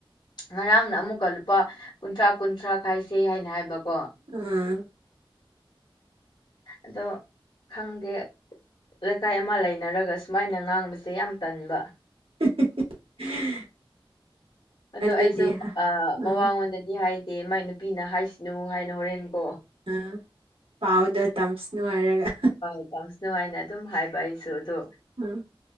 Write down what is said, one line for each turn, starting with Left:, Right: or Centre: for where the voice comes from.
Left: ꯉꯔꯥꯡꯅ ꯑꯃꯨꯛꯀ ꯂꯨꯄꯥ ꯀꯨꯟꯊ꯭ꯔꯥ ꯀꯨꯟꯊ꯭ꯔꯥ ꯈꯥꯏꯁꯦ ꯍꯥꯏꯅ ꯍꯥꯏꯕꯀꯣ
Right: ꯎꯝ
Left: ꯑꯗꯣ ꯈꯪꯗꯦ ꯂꯩꯀꯥꯏ ꯑꯃ ꯂꯩ ꯅꯔꯒ ꯁꯨꯃꯥꯏꯅ ꯉꯥꯡꯕꯁꯦ ꯌꯥꯝ ꯇꯟꯕ
Right: <unintelligible>
Left: ꯑꯗꯣ
Right: ꯑꯗꯨꯅꯤ
Left: ꯑꯩꯁꯨ ꯑꯥ
Right: ꯎꯝ
Left: ꯃꯃꯉꯣꯟꯗꯗꯤ ꯍꯥꯏꯗꯦ ꯃꯥꯏ ꯅꯨꯄꯤꯅ ꯍꯥꯏꯁꯅꯨ ꯍꯥꯏꯅ ꯍꯣꯔꯦꯟꯀꯣ
Right: ꯑ ꯄꯥꯎꯗ ꯇꯝꯁꯅꯨ ꯍꯥꯏꯔꯒ
Left: ꯍꯣꯏ ꯇꯝꯁꯅꯨ ꯉꯥꯏꯅ ꯑꯗꯨꯝ ꯍꯥꯏꯕ ꯑꯩꯁꯨ ꯑꯗꯣ
Right: ꯎꯝ